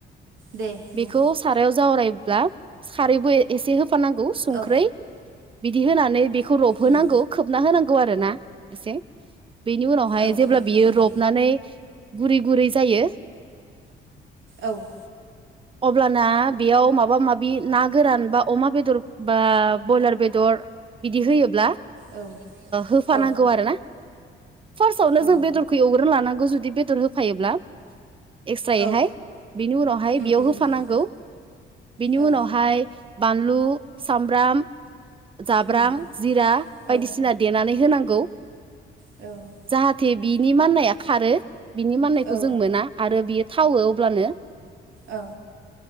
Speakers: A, on the right; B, on the right.
A: दे बुं
B: बेखौ सारायाव जावराय ब्ला सारबो एसे होफानांगौ संख्रै
A: औ
B: बिदि होनानै बेखौ रबहोनांगौ
A: उम
B: खोबना होनांगौ आरो ना एसे। बेनि उनावहाय
A: औ
B: जेब्ला
A: औ
B: बियो
A: उम
B: रबनानै गुरै गुरै जायो।
A: औ।
B: अब्लाना बेयाव माबा माबा माबि ना गोरान बा अमा बेदर बा ब्रयलार बेदर बिदि होयोब्ला
A: औ
B: होफानांगौ
A: औ
B: आरो ना फार्स्टआवनो
A: औ
B: जों बेदरखौ एवग्रोन लानांगौ जुदि बेदर होफायोब्ला एक्स्रायैहाय
A: औ
B: बिनि उनावहाय
A: उम
B: बेयाव
A: उम
B: होफानांगौ
A: उम उम
B: बिनि
A: औ
B: उनावहाय बानलु सामब्राम जाब्रां
A: उम
B: जिरा बायदिसिना
A: औ
B: देनानै होनांगौ
A: औ।
B: जाहाथे बिनि माननाया खारो बिनि माननायखौ
A: औ
B: जों मोना आरो बियो थावो अब्लानो
A: औ।